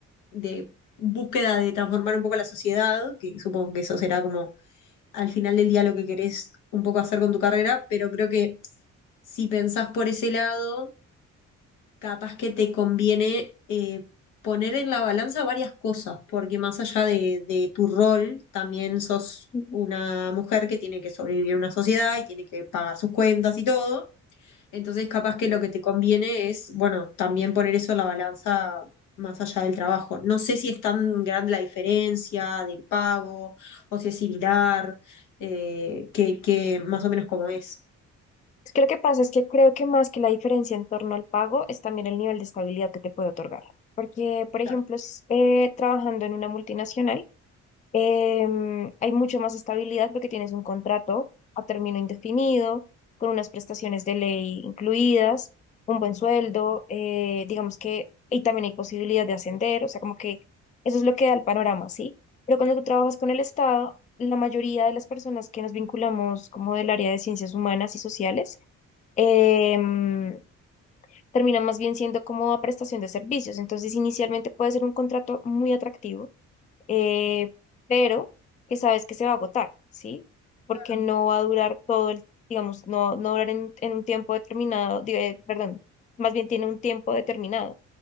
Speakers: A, on the left (about 80°); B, on the left (about 25°).
A: de búsqueda de transformar un poco la sociedad, que supongo que eso será como al final del día lo que querés un poco hacer con tu carrera, pero creo que si pensás por ese lado, capaz que te conviene eh, poner en la balanza varias cosas, porque más allá de, de tu rol, también sos
B: Ujú.
A: una mujer que tiene que sobrevivir en una sociedad y tiene que pagar sus cuentas y todo. Entonces, capaz que lo que te conviene es, bueno, también poner eso en la balanza más allá del trabajo. No sé si es tan grande la diferencia del pago o si es similar, eh, que, que más o menos como es.
B: Es que lo que pasa es que creo que más que la diferencia en torno al pago es también el nivel de estabilidad que te puede otorgar, porque por
A: Claro.
B: ejemplo, s- eh, trabajando en una multinacional, Em, hay mucha más estabilidad porque tienes un contrato a término indefinido, con unas prestaciones de ley incluidas, un buen sueldo, eh, digamos que, y también hay posibilidad de ascender, o sea, como que eso es lo que da el panorama, ¿sí? Pero cuando tú trabajas con el Estado, la mayoría de las personas que nos vinculamos como del área de ciencias humanas y sociales, em, terminan más bien siendo como a prestación de servicios. Entonces, inicialmente puede ser un contrato muy atractivo eh, pero que sabes que se va a agotar, ¿sí? Porque
A: Claro.
B: no va a durar todo el, digamos, no, no durar en, en un tiempo determinado, di- eh, perdón, más bien tiene un tiempo determinado